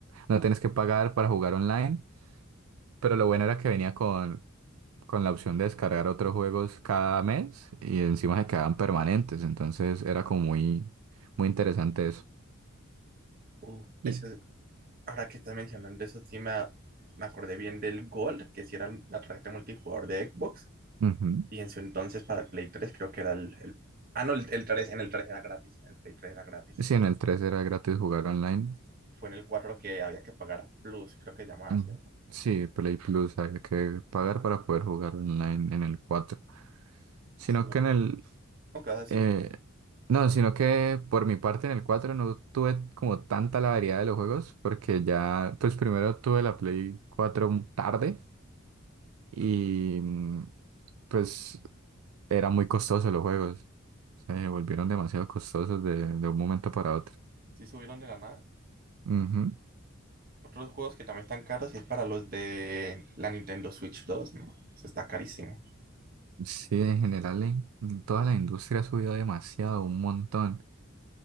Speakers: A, on the right; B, on the right.
A: no tienes que pagar para jugar online. Pero lo bueno era que venía con, con la opción de descargar otros juegos cada mes y encima se quedaban permanentes. Entonces era como muy, muy interesante eso.
B: Uh,
A: Y
B: ese- ahora que estás mencionando eso, sí me, me acordé bien del Gold, que sí era la tarjeta multijugador de Xbox,
A: Ujú.
B: y en su entonces para el Play tres creo que era el... el- ah, no, el, el 3 en el 3 era gratis, en el Play tres era gratis.
A: sí,
B: ¿no?
A: en el 3 era gratis jugar online.
B: Fue en el 4 que había que pagar Plus, creo que llamaba,
A: Mm,
B: ¿cierto?
A: Sí, Play Plus hay que pagar para poder jugar online en el 4, Sino
B: Pues, se me-
A: que en el...
B: no, ¿qué vas a decir?
A: eh, no, sino que por mi parte en el 4 no tuve como tanta la variedad de los juegos porque ya, pues primero tuve la Play cuatro tarde y mm, pues era muy costoso los juegos. Se volvieron demasiado costosos de, de un momento para otro.
B: Sí subieron de la nada.
A: Ujú.
B: Otros juegos que también están caros es para los de la Nintendo Switch dos ¿no? Eso está carísimo.
A: Sí, en general en- en toda la industria ha subido demasiado, un montón.